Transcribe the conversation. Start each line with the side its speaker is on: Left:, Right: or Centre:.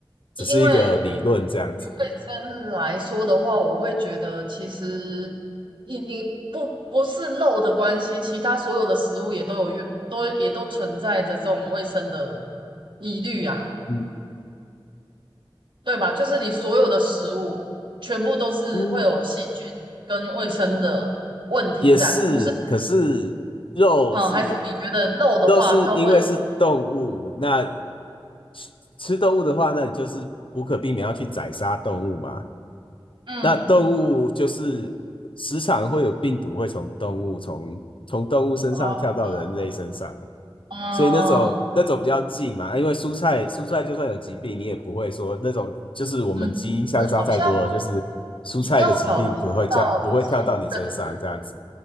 Left: 只是一个理论这样子。
Right: 因为以卫生来说的话，我会觉得其实你你不不是肉的关系，其他所有的食物也都有越都也都存在着这种卫生的疑虑啊，
Left: 嗯
Right: 对吧？就是你所有的食物全部都是会有细菌
Left: 嗯，
Right: 跟卫生的问题在，
Left: 也是，
Right: 不是？
Left: 可是肉是
Right: 嗯，还是你觉得肉的话，
Left: 肉是因为是动物，
Right: 它会
Left: 那吃吃动物的话，那你就是无可避免要去宰杀动物嘛。
Right: 嗯
Left: 那动物就是时常会有病毒会从动物从从动物身上跳到人类身上，
Right: 哦嗯
Left: 所以那种那种比较近嘛，啊因为蔬菜蔬菜就算有疾病，你也不会说那种就是我们基因相差太多了，
Right: 嗯，是好像
Left: 就是蔬菜的疾病不会叫不会跳到你身上这样子。
Right: 比较少听到寄